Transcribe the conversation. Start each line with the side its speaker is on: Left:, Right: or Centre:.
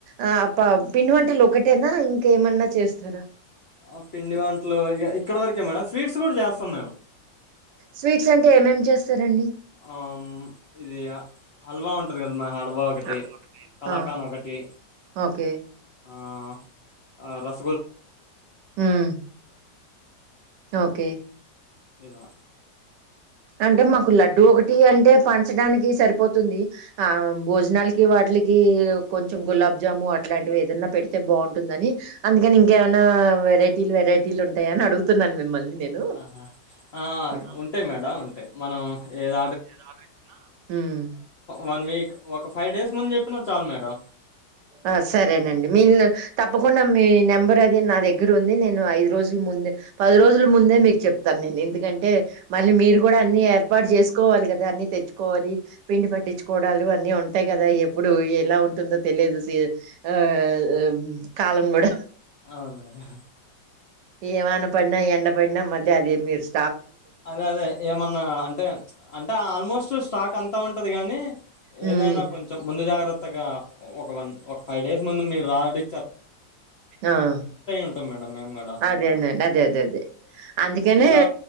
Right: ఆ ప పిండి వంటలు ఒకటి ఒకటేనా ఇంకేమన్నా చేస్తారా
Left: ఆ పిండి వంటలు ఇక ఇక్కడ వరకే మేడం స్వీట్స్ గుడా చేస్తాం మేము
Right: స్వీట్స్ అంటే ఏమేమి చేస్తారండి
Left: ఆహ్ ఆమ్ ఇది హల్వా ఉంటది కదా మాహ వ ఒకటి
Right: అ
Left: కళాకన్
Right: ఆ!
Left: ఒకటి.
Right: ఓకే.
Left: ఆహ్ ఆ రసగ్
Right: ఉమ్ ఓకే.
Left: ఎలా.
Right: అంటే మాకు లడ్డు ఒకటి అంటే పంచడానికి సరిపోతుంది. ఆహ్ భోజనాలకి వాటికి కొంచెం గులాబ్జాము అట్లాంటివి ఏదన్నా పెడితే బాగుంటుందని అందుకని ఇంకేమైనా వెరైటీలు వెరైటీలు ఉంటాయ అని అడుగుతున్నాను మిమ్మల్ని. నేను.
Left: ఆహా ఆహ్
Right: హ్మ్.
Left: ఉంటాయి మేడం. ఉంటాయి మనం ఏద.
Right: ఉహ్మ్
Left: వన్ వీక్ ఒక ఫైవ్ డేస్ ముందు చెప్పినా చాలు మేడం
Right: ఆహ్ సరేనండి మీరు తప్పకుం తప్పకుండ మీ నెంబర్ అది నా దగ్గర ఉంది. నేను ఐదు రోజుల ముందే పది రోజుల ముందే మీకు చెప్తాను. నేను ఎందుకంటే మళ్ళీ మీరు కూడా అన్ని ఏర్పాటు చేసుకు కోవాలి కదా అన్ని తెచ్చుకోవాలి పిండి పట్టించుకోవడాలు అన్ని ఉంటాయి కదా ఎప్పుడు ఎలా ఉంటుందో తెలియదు సీజ్. ఆహ్ ఆమ్ ప్చ్. వాలంబడ.
Left: అవును మేడం.
Right: ఏమన్నా పడినా ఎండ పడినా మళ్ళీ అదే మీరుస్
Left: అదే అదే ఏమన్నా అంటే ప్చ్ అంటే ఆల్మోస్ట్ స్టాక్ అంతా ఉంటది గాని
Right: హ్మ్.
Left: ఏదైనా కొంచెం ముందు జాగ్రత్త. ఆహ్ ఒక వన్. ఒక ఫైవ్ డేస్ ముందు మీరు రాండి.
Right: ఆహ్
Left: ఉంటాం మేడం మేము కూడా
Right: అదేండి అదే అదే అదే అందుకనే.
Left: ఇట్లా